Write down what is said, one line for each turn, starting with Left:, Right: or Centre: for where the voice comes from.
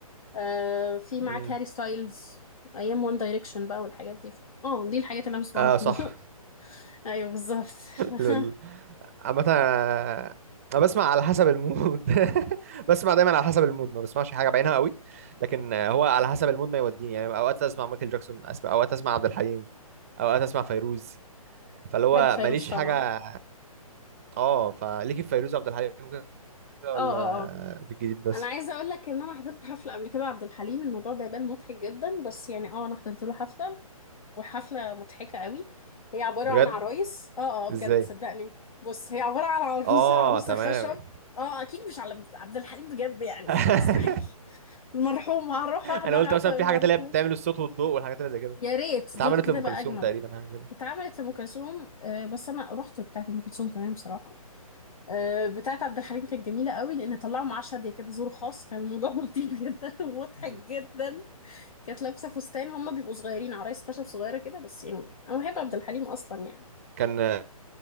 Left: آه في
Right: مم.
Left: معاك هاري ستايلز ايام وان دايركشن بقى والحاجات دي ف... اه دي الحاجات اللي انا بسمعها
Right: اه
Left: في
Right: صح
Left: ال... <laughs> ايوه بالظبط <laughs>
Right: لول عامة أنا أنا بسمع على حسب المود <laughs> بسمع دايما على حسب المود ما بسمعش حاجة بعينها قوي لكن آه، هو على حسب المود ما يوديني يعني أوقات أسمع مايكل جاكسون أسمع أوقات أسمع عبد الحليم أوقات أسمع فيروز فاللي هو
Left: بحب فيروز
Right: ماليش
Left: طبعا
Right: حاجة اه فليكي في فيروز وعبد الحليم كده ولا
Left: اه اه اه
Right: في الجديد بس
Left: انا عايزه اقول لك ان انا حضرت حفله قبل كده عبد الحليم الموضوع ده يبان مضحك جدا بس يعني اه انا حضرت له حفله وحفلة مضحكة قوي هي عبارة
Right: بجد
Left: عن عرايس اه اه بجد
Right: ازاي
Left: صدقني بص هي عبارة عن عروسة
Right: اه
Left: عروسة
Right: تمام
Left: خشب اه اكيد مش على عبد عبد الحليم بجد يعني
Right: <laughs>
Left: مستحيل المرحوم هروح احضر
Right: انا قلت
Left: حفلة
Right: مثلا في
Left: المرحوم
Right: حاجات اللي هي بتعمل الصوت والضوء والحاجات اللي زي كده
Left: يا ريت
Right: اتعملت
Left: دي كانت هتبقى
Right: لام كلثوم
Left: اجمل
Right: تقريبا حاجه كده
Left: اتعملت لأم كلثوم آه بس انا رحت بتاعة أم كلثوم كمان بصراحة آه بتاعة عبد الحليم كانت جميلة قوي لان طلعوا معاه شادية كده زور خاص كان الموضوع <laughs> لطيف جدا ومضحك
Right: امم
Left: جدا كانت لابسة فستان هما بيبقوا صغيرين عرايس خشب صغيرة كده بس يعني انا بحب عبد الحليم اصلا يعني
Right: كان